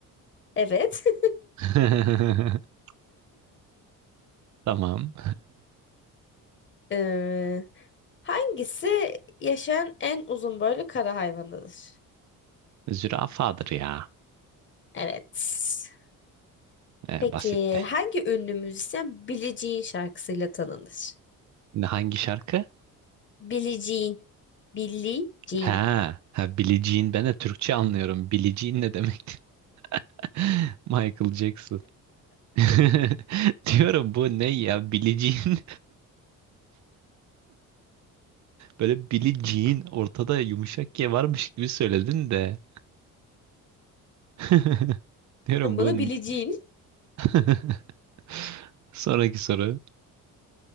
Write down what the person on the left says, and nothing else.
Evet. <laughs>
Ee, Hangisi yaşayan en uzun boylu kara hayvanıdır?
Evet.
Peki
hangi ünlü müzisyen Billie Jean şarkısıyla tanınır?
Billie Jean. Billie Jean.
Sen bunu
Billie Jean. <laughs>